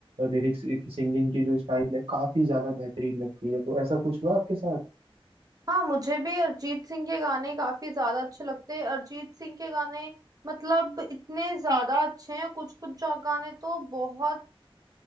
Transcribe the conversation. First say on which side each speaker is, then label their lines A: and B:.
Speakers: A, on the right; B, on the right.
A: लिरिक्स की सिंगिंग की जो स्टाइल है काफी ज्यादा बेहतरीन लगती है तो ऐसा कुछ हुआ आपके साथ
B: हाँ मुझे भी अरिजीत सिंह के गाने काफी ज्यादा अच्छे लगते हैं अरिजीत सिंह के गाने मतलब इतने ज्यादा अच्छे हैं कुछ कुछ गाने तो बहुत